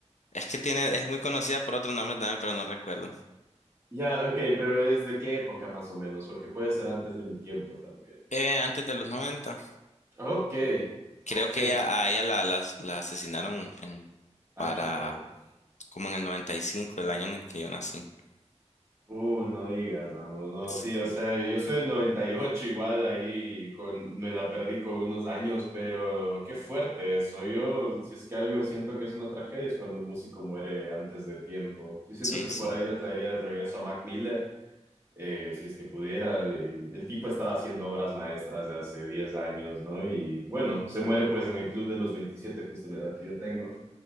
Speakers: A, on the left; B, on the right.
A: es que tiene, es muy conocida por otro nombre también, pero no recuerdo.
B: Ya, ok, pero ¿es de qué época más o menos? Porque puede ser antes de mi tiempo también.
A: Eh, antes de los 90.
B: Ok,
A: Creo
B: Ok.
A: que ella, a ella la, la, la asesinaron en,
B: ah,
A: para
B: chuta, güey.
A: como en el 95, el año en el que yo nací.
B: Uh, no digas, mano, no,
A: Sí,
B: sí,
A: sí.
B: o sea, yo soy del 98 igual, ahí con, me la perdí con unos años, pero qué fuerte eso, yo, si es que algo siento que es una tragedia, es cuando un músico muere antes de tiempo, yo siento
A: Sí,
B: que por
A: sí.
B: ahí le traería de regreso a Mac Miller, eh, si es que pudiera, el, el tipo estaba haciendo obras maestras de hace 10 años, ¿no? Y bueno, se muere pues en el club de los 27, justo la edad que yo tengo.